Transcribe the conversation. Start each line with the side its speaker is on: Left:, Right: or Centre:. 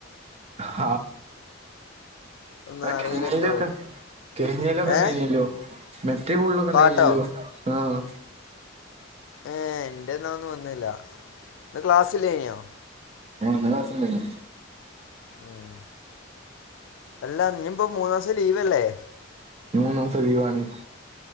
Right: ആഹ
Left: ഒന്നും
Right: അത
Left: അറിയില്ല
Right: കഴഞ്ഞയിലൊക്കെ
Left: കേട്ടോ
Right: കഴിഞ്ഞലൊക്കെ ഉണ്ടയിനല്ലോ
Left: ഏ
Right: <unintelligible> മറ്റേ കൂടുത <unintelligible> ലൊക്കെ
Left: പാട്ടോ
Right: ഉണ്ടല്ലോ ആഹ
Left: ഏ എന്റെ എന്നാ ഒന്നും വന്നില്ല ഇന്ന് ക്ലാസ്സില്ലേനിയോ
Right: ആ ഇന്ന് ക്ലാസ്സ്‌ ഉണ്ടായിനി
Left: ഉം അല്ലാ ഇഞ് ഇപ്പൊ മൂന്നു ദെവസം ലീവല്ലേ
Right: മൂന്ന് ദെവസം ലീവാണ്